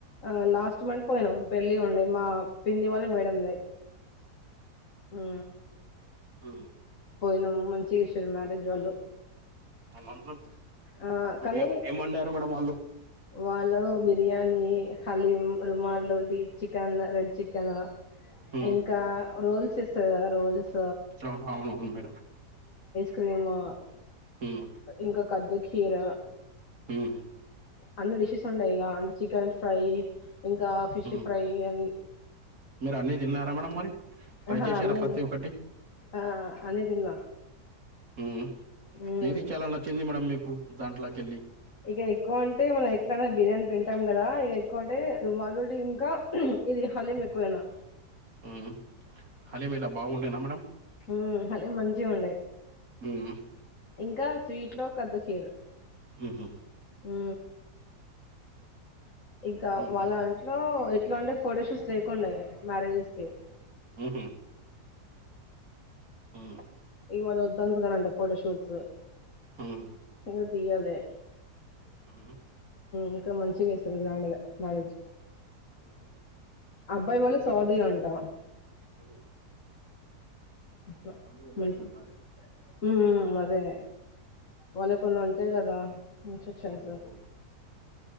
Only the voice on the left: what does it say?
ఆ లాస్ట్ మంత్ పోయినాం పెళ్ళి ఉండి మా పిన్ని వాళ్ళ మేడంది. ఉ
పోయినమ్ మంచి చేసారు మ్యారేజ్ వాళ్ళు
ఆ, కానీ
వాళ్ళు బిర్యానీ హలీం రుమాల్డోది చికెన్ రెడ్ చికెను
ఇంకా రోల్స్ ఇస్తదిగా రోల్స్
క్రీమా
ఇంకా కద్దు కీర
అన్ని డిషెస్ ఉన్నాయి ఇక అంటే చికెన్ ఫ్రై ఇంకా ఫిష్
ఫ్రై అది
ఆహా
అన్ని
ఆ తిన్నా
ఉమ్
ఇక ఎక్కువ అంటే మనం ఎట్లానే బిర్యానీ తింటాం కదా ఇక ఎక్కువ అంటే మళోడి ఇంకా ఇది హలీమ్ ఎక్కువైనా
హ్మ్ హలీమ్ మంచిగా ఉండే
ఇంకా స్వీట్ లో కద్దుకీరు
మ్ ఇంకా
వాళ్ళ ఇంట్లో ఎట్లా అంటే ఫోటో షూట్స్ లేకుండ మ్యారేజెస్ కి
ఇవాళ వద్దనుకున్నారంట ఫోటోషూట్స్
నువ్వు తీయవే
ఇంకా మంచిగా చేస్తారు గ్రాండ్గా మ్యారేజ్
అబ్బాయి వాళ్ళు సౌదీ అంట
అట్లా
మంచి
మ్ అదే వాళ్ళకి కొన్ని ఉంటాయి కదా ఇన్ఫెక్షన్స్